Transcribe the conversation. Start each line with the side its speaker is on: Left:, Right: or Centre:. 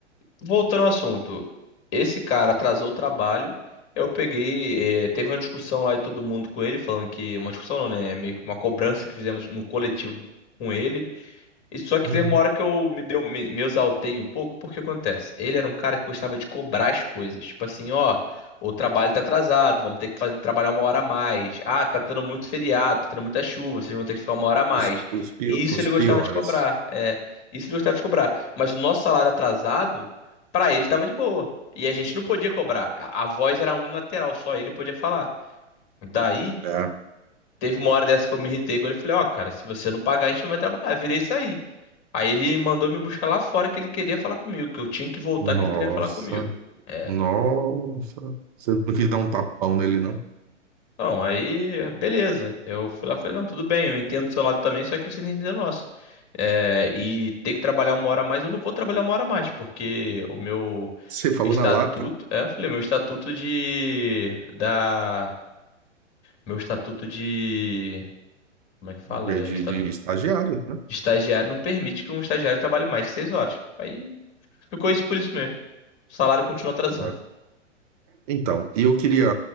Left: voltando ao assunto, esse cara atrasou o trabalho. Eu peguei, eh, teve uma discussão lá de todo mundo com ele, falando que uma discussão não, né? Meio que uma cobrança que fizemos no coletivo com ele. E Só que
Right: Uhum.
Left: teve uma hora que eu me deu, me, me exaltei um pouco, porque acontece. Ele era um cara que gostava de cobrar as coisas. Tipo assim, ó, o trabalho tá atrasado, vamos ter que fazer, trabalhar uma hora a mais. Ah, tá tendo muito feriado, tá tendo muita chuva, vocês vão ter que ficar uma hora a mais.
Right: Os, os, pio-
Left: E isso
Right: os
Left: ele
Right: piores,
Left: gostava de cobrar, é. Isso ele gostava de cobrar. Mas o nosso salário atrasado, pra ele tava de boa. E a gente não podia cobrar. A, a voz era unilateral, só ele podia falar. Daí,
Right: tá?
Left: teve uma hora dessa que eu me irritei com ele. Falei, ó, cara, se você não pagar, a gente não vai trabalhar. Virei isso aí. Aí ele mandou me buscar lá fora que ele queria falar comigo, que eu tinha que voltar
Right: Nossa,
Left: que ele queria falar comigo. É.
Right: nossa. Você não quis dar um tapão nele, não?
Left: Não, aí, beleza. Eu fui lá e falei, não, tudo bem, eu entendo do seu lado também, só que você não entendeu o nosso. É, e ter que trabalhar uma hora a mais, eu não vou trabalhar uma hora a mais, porque o meu
Right: Você falou
Left: estatuto,
Right: na lata
Left: é, eu falei, meu estatuto de, da, meu estatuto de, como é que fala?
Right: de,
Left: É,
Right: de,
Left: estatuto
Right: de estagiário, né?
Left: de estagiário não permite que um estagiário trabalhe mais que seis horas. Aí ficou isso por isso mesmo. O salário continua atrasando.
Right: É. Então, e eu queria,